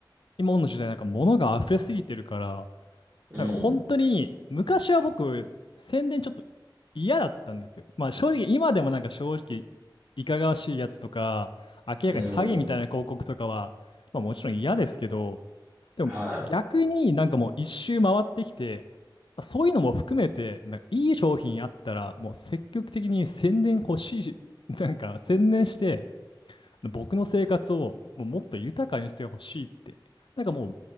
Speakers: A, on the left; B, on the right.
A: 今の時代なんか物が溢れすぎてるから、
B: うん
A: なんか本当に昔は僕、宣伝ちょっと嫌だったんですよ。まあ正直今でもなんか正直いかがわしいやつとか、明らかに詐欺みたいな広告とかは、
B: うん。うん。
A: まあもちろん嫌ですけど、でも逆になんかもう一周回ってきて、
B: は
A: そういうのも含めて、なんかいい商品あったら、もう積極的に宣伝欲しいし、なんか宣伝して、僕の生活をもうもっと豊かにしてほしいって、なんかも